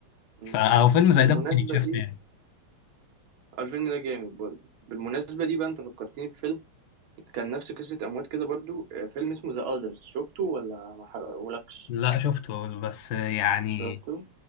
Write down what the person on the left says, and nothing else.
فهو فيلم زي
ده ممكن يتشاف
تاني
لا شفته بس يعني